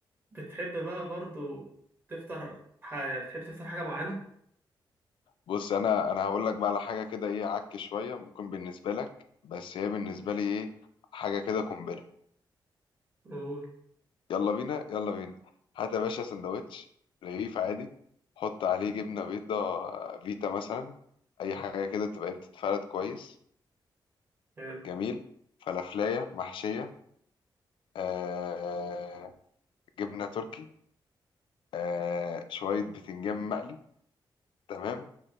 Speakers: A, on the right; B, on the left.
A: بتحب بقى برضو تفطر حاجة بتحب تفطر حاجة معينة؟
B: بص انا انا هقول لك بقى على حاجه كده ايه عك شويه ممكن بالنسبه لك بس هي بالنسبه لي ايه حاجه كده قنبله
A: قول.
B: يلا بينا يلا بينا هات يا باشا سندوتش رغيف عادي حط عليه جبنه بيضه فيتا مثلا اي حاجه كده تبقى إيه، بتتفرد كويس
A: حلو
B: جميل فلافلايه محشيه آه جبنه تركي آه شوية بتنجان مقلي تمام